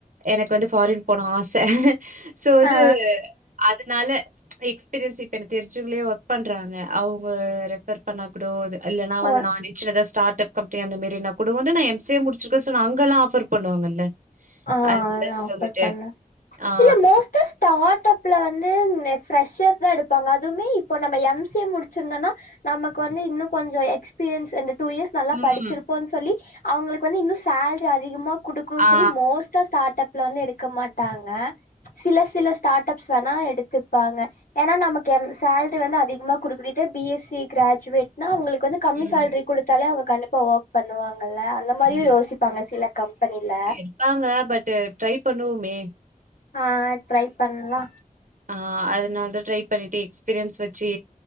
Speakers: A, on the right; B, on the left.
A: எனக்கு வந்து ஃபாரின் போனும் ஆச சோ அது
B: ஆ
A: அது ப்பா எக்ஸ்பீரியன்ஸ் இப்பக்கு தெரிஞ்சவங்கலே ஒர்க் பண்றாங்க அவங்க ரெபர் பண்ண கூட அது இல்ல நான் வந்து
B: ஆ
A: நான் வச்சுத ஸ்டாடப் கம்பெனி அந்தமேரி நா கூட வந்து நான் எம்சிஏ முடிச்சிருக்க சோ நா அங்கலா ஆஃபர் பண்ணுவாங்கல்ல.
B: ஆஹ
A: அதனால சொல்லிட்டு
B: ஆஃபர் பண்ணு
A: ஆ.
B: ம்ச் இல்ல மோஸ்ட்டஸ். டாட்டப்ல வந்து ப்ரெஷஸ் தான் எடுப்பாங்க அதுவுமே இப்போ நம்ம எம் சி ஏ முடிச்சிருந்தோனா நமக்கு வந்து இன்னும் கொஞ்சம் எக்ஸ்பீரியன்ஸ் வ டூ இயர்ஸ் நல்லா
A: ம்.
B: படிச்சிருப்போனு சொல்லி. அவங்களுக்கு வந்து இன்னும் சேல்ரி அதிகமா குடுக்குன்னு
A: ஆ.
B: சொல்லி. பஸ்டே ஸ்டார்ட் அஃப். இதுல வந்து எடுக்க மாட்டாங்க. சில சில ஸ்டார்ட் அப்ஸ் வேணா எடுத்துப்பாங்க ஏன்னா நமக்கு ம்ச். கெம் சேலரி வந்து அதிகமாக கொடுக்கனு இதுவே பிஎஸ்சி கிராஜுவேட்னா அவங்களுக்கு. வந்து கம்மி
A: ம்.
B: சேல்ரி கொடுத்தாலே அவங். கண்டிப்பா ஓர்க் பண்ணுவாங்க. அந்த மாரியும்
A: ம்.
B: யோசிப்பாங்க சில கம்பெனில.
A: இருப்பாங்க. பட் ட்ரை பண்ணுவுமே.
B: ஆஹ ட்ரை பண்ல்லா.
A: ஆஹ அதனாலதான் ட்ரை பண்ணிட்டு எக்ஸ்பீரியன்ஸ் வச்சு